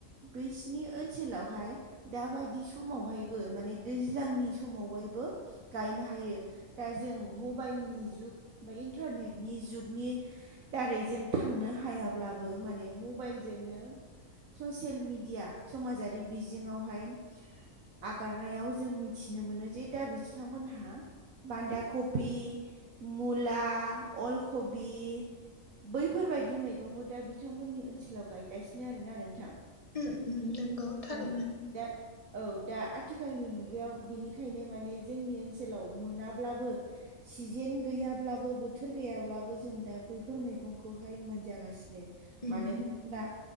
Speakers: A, on the right; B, on the left.
A: बिसिनि ओनसोलावहाय दाबायदि समावहायबो माने दैज्लांनि समावहायबो गायनो हायो दा जों मबाइलनि जुग बा इन्टारनेटनि जुगनि दारै जों थांनो हायाब्लाबो माने मबेइलजोंनो ससियेल मिडिया समाजारि बिजोङावहाय आगारनायाव जों मिथिनो मोनो जे दा बि फिथांमोनहा बान्दा कफि मुला अलखबि बैफोरबायदि मैगंखौ दा बिथांमोननि ओनसोलाव गायगासिनो आरोना नोंथां।
B: उम उम नंगौ थारैनो
A: औ दा औ दा आथिखालनि मुगायाव बिनिखायनो माने जोंनि ओनसोलाव मोनाब्लाबो सिजेन गैयाब्लाबो बोथोर गैयाब्लाबो जों दा बैफोर मैगंखौहाय मोनजागासिनो।
B: उम
A: मानो
B: उम
A: होनोब्ला